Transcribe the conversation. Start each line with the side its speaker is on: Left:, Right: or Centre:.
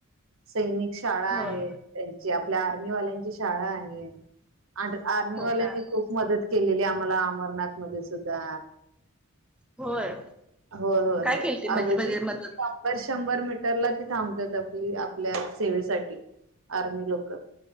Right: सैनिक शाळा
Centre: होय
Right: आहे त्यांची आपल्या आर्मीवाल्यांची शाळा आहे आड आर्मीवाल्यांनी
Centre: हो काय
Right: खूप मदत केलेली आम्हाला अमरनाथ मध्ये सुद्धा.
Centre: होय
Right: होय. होय.
Centre: काय
Right: होय.
Centre: केलती म्हणजे
Right: अगदी
Centre: म्हणजे मदत
Right: दर शंभर मीटरला ती थांबत्यात आपली आप आपल्या सेवेसाठी आर्मी लोक